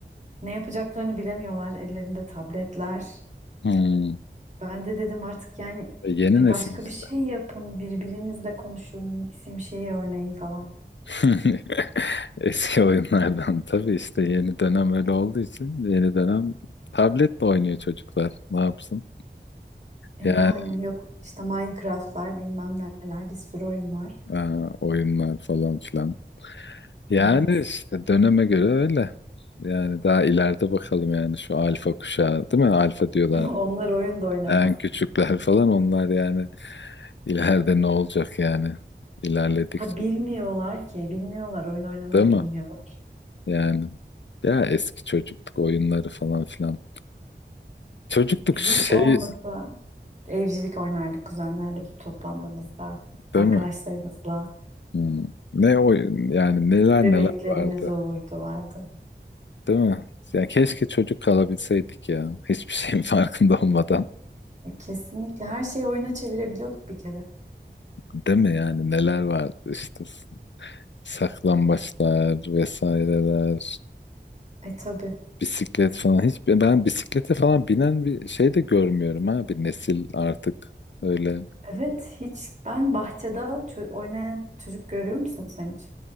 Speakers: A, on the right; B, on the left.
A: Ne yapacaklarını bilemiyorlar, ellerinde tabletler.
B: Hmm.
A: Ben de dedim artık yani
B: E, Yeni
A: bir
B: nesil
A: başka
B: işte.
A: bir şey yapın, birbirinizle konuşun, isim şehir oynayın falan.
B: <laughs> Eski oyunlardan tabii işte yeni dönem öyle olduğu için yeni dönem tabletle oynuyor çocuklar. Ne yapsın?
A: E
B: Yani
A: yani yok işte Minecraft'lar bilmem neler bir sürü oyun var.
B: e, oyunlar falan filan. Yani
A: Evet.
B: işte döneme göre öyle. Yani daha ileride bakalım yani şu alfa kuşağı değil mi? Alfa diyorlar
A: <laughs> Onlar oyun da oynamaz.
B: En küçükler <laughs> falan onlar yani ileride ne olacak yani ilerledikçe
A: Ha bilmiyorlar ki, bilmiyorlar. Oyun oynamayı
B: değil mi?
A: bilmiyorlar.
B: Yani ya eski çocukluk oyunları falan filan. Çocukluk
A: Hiç
B: şey
A: olmasa evcilik oynardık kuzenlerle toplandığımızda,
B: değil
A: arkadaşlarımızla.
B: mi? Hmm. Ne oyun yani neler
A: Bebeklerimiz
B: neler vardı
A: olurdu vardı.
B: değil mi? Ya keşke çocuk kalabilseydik ya hiçbir şeyin <laughs> farkında olmadan.
A: E, kesinlikle her şeyi oyuna çevirebiliyorduk bir kere.
B: Değil mi yani neler vardı işte saklambaçlar vesaireler
A: E tabii.
B: Bisiklet falan hiç ben bisiklete falan binen bir şey de görmüyorum ha bir nesil artık öyle
A: Evet hiç ben bahçede ço- oynayan çocuk görüyor musun sen hiç